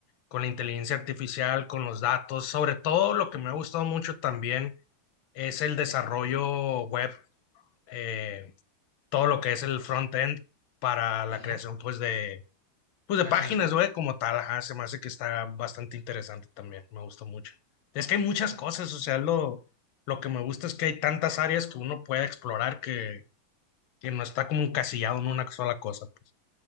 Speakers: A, on the left; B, on the right.
A: con la inteligencia artificial, con los datos. Sobre todo lo que me ha gustado mucho también es el desarrollo web, eh, todo lo que es el front-end para la
B: Ujú.
A: creación pues de, pues de
B: Páginas
A: páginas
B: web.
A: web como tal, ajá, se me hace que está bastante interesante también, me gusta mucho. Es que hay muchas
B: Ya.
A: cosas, o sea, lo, lo que me gusta es que hay tantas áreas que uno puede explorar que, que no está como encasillado en una sola cosa, pues.